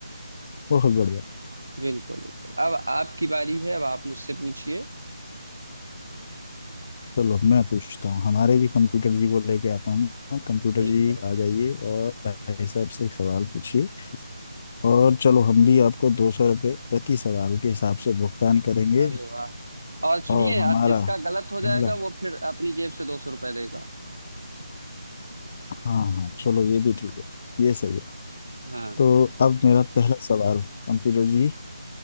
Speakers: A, on the left (about 30°); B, on the right (about 85°).
A: बहुत बढ़िया
B: बिल्कुल बिल्कुल अब आपकी बारी है अब आप मुझसे पूछिए
A: चलो मैं पूछता हूँ हमारे भी कंप्यूटर जी को लेके आता हूँ कंप्यूटर
B: ठीक
A: जी
B: है
A: आ जाइए और भाई साहब से एक सवाल पूछिए और चलो हम भी आपको दो सौ रुपये प्रति सवाल के हिसाब से भुगतान करेंगे
B: अरे वाह और सुनिए
A: और हमारा
B: आज जिसका गलत हो जाएगा
A: पहला
B: वो फिर अपनी जेब से दो सौ रुपये देगा
A: हाँ हाँ चलो ये भी ठीक है ये सही है
B: हाँ
A: तो अब मेरा पहला सवाल कंप्यूटर जी